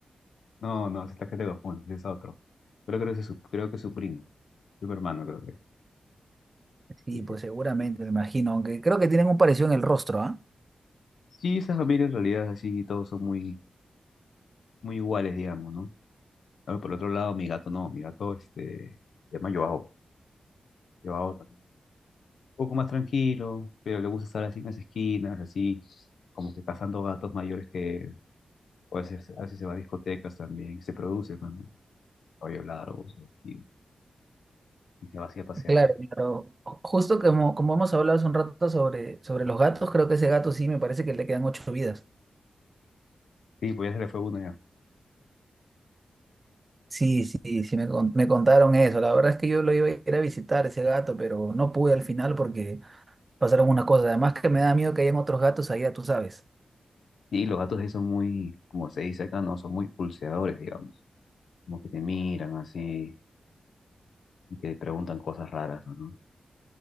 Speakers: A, on the left; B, on the right.
A: No, no, esa es la que te confundes, ese es otro. Pero creo que es su, creo que es su primo, su hermano creo que es.
B: Sí,
A: Sí,
B: pues
A: sí.
B: seguramente, me imagino. Aunque creo que tienen un parecido en el rostro, ¿ah?
A: Sí, esa familia en realidad es así, todos son muy, muy iguales, digamos, ¿no? Ahora, por otro lado, mi gato no, mi gato este, se llama Joao. Joao también. Un poco más tranquilo, pero le gusta estar así en las esquinas, así, como que cazando gatos mayores que él. o a veces, a veces se va a discotecas también, se produce, pues, ¿no? Cabello largo, y, y se va así a pasear.
B: Claro, claro. Ju- Justo como, como hemos hablado hace un rato sobre, sobre los gatos, creo que ese gato sí me parece que le quedan ocho vidas.
A: Sí, pues ya se le fue uno ya.
B: Sí, sí, sí, me, con- me contaron eso. La verdad es que yo lo iba a ir a visitar ese gato, pero no pude al final porque pasaron unas cosas. Además que me da miedo que hayan otros gatos allá, tú sabes.
A: Y los gatos ahí son muy, como se dice acá, no, son muy pulseadores, digamos. Como que te miran así y que te preguntan cosas raras, ¿no? ¿No?